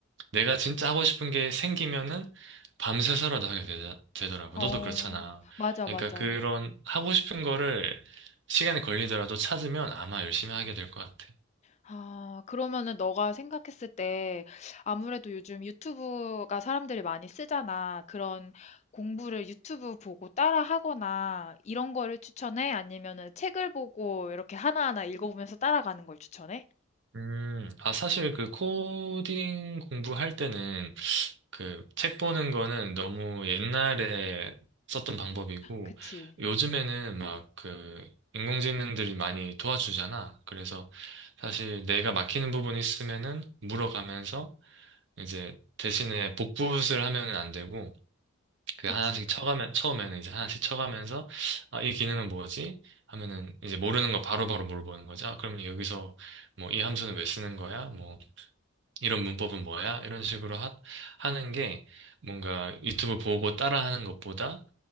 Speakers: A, on the right; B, on the left.
A: 내가 진짜 하고 싶은 게 생기면은 밤새서라도 하게 되, 되더라고.
B: 어,
A: 너도 그렇잖아.
B: 맞아,
A: 그러니까
B: 맞아.
A: 그런 하고 싶은 거를 시간이 걸리더라도 찾으면 아마 열심히 하게 될 것 같아.
B: 아, 그러면은 너가 생각했을 때 아무래도 요즘 유튜브가 사람들이 많이 쓰잖아. 그런 공부를 유튜브 보고 따라 하거나 이런 거를 추천해? 아니면은 책을 보고 이렇게 하나하나 읽어보면서 따라가는 걸 추천해?
A: 음, 아, 사실 그 코딩 공부할 때는 그 책 보는 거는 너무 옛날에 썼던 방법이고
B: 그치,
A: 요즘에는 막 그 인공지능들이 많이 도와주잖아. 그래서 사실 내가 막히는 부분이 있으면은 물어가면서 이제 대신에 복붙을 하면은 안 되고 그
B: 그치.
A: 하나씩 쳐가면 처음에는 이제 하나씩 쳐가면서 아, 이 기능은 뭐지? 하면은 이제 모르는 거 바로바로 물어보는 거죠. 아, 그럼 여기서 뭐 이 함수는 왜 쓰는 거야? 뭐 이런 문법은 뭐야? 이런 식으로 하, 하는 게 뭔가 유튜브 보고 따라하는 것보다